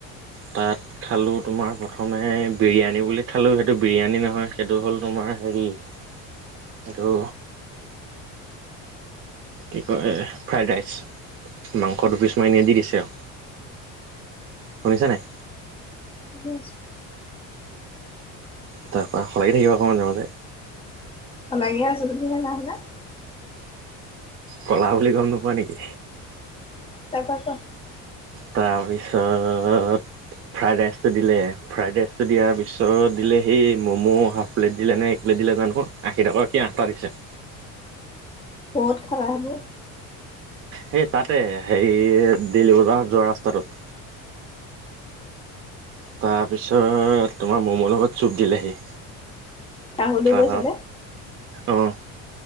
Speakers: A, on the right (about 40°); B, on the left (about 15°).
A: তাত খালোঁ তোমাৰ প্ৰথমে বিৰিয়ানী বুলি খালোঁ সেইটো বিৰিয়ানী নহয় সেইটো হ'ল তোমাৰ হেৰি সেটো কি কয় ফ্ৰাইড ৰাইচ মাংস দুপিছ মান ইনে দি দিছে আউ শুনিছা নাই
B: শুনি আছো
A: তা পা সলাগি থাকিবা ক মাজে মাজে
B: সলাগিয়ে আছো তুমি হে নাই শুনা
A: কলা বুলি গম নোপোৱা নিকি
B: তা পা কোৱা
A: তাৰপিছত ফ্ৰাইড ৰাইচটো দিলে ফ্ৰাইড ৰাইচটো দিয়াৰ পিছত দিলে সেই ম'ম' হাফ প্লেট দিলে নে এক প্লেট দিলে জানো আশী টকাকে আঠটা দিছে
B: বহুত খালা সেইবোৰ।
A: সেই তা'তে হেৰি দেল'লী বজাৰ যোৱা ৰাস্তাটোত। তাৰপিছত তোমাৰ ম'ম' লগত চুপ দিলেহি।
B: ৰাহুলো
A: তাৰ,
B: গৈছিলে
A: অঁ',।